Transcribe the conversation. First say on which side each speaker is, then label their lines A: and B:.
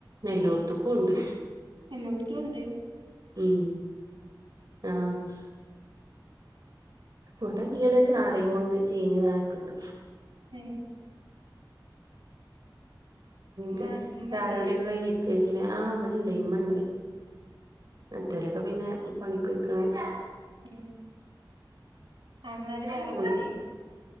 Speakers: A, on the right; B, on the right.
A: എല്ലോട്ത്തുക്കുണ്ട്
B: എല്ലോട്ത്തുണ്ട്
A: ഉം ആഹ് വിടെങ്ങനെ ചാറിങ്ങോണ്ട് ചീഞ്ഞ് ങ്ങനെക്ക്ണ്ട്
B: ഏഹ് ഇമ്മ
A: ട്ട്
B: ഇമ്മല്ലേ
A: ചായുട്യുകെ കയ്ഞ്ഞിര്ക്കേരിക്കുലേ ആഹ് ഇവടെണ്ടെയെ ഇമ്മണ്ട് മറ്റോലൊക്കെ പിന്നെ പണിക്കൊയ്ക്ക് ണ്
B: ഏ ആങ്ങളാര് വേറെ
A: അങ്ങൻത്തെ
B: പോയ്ന്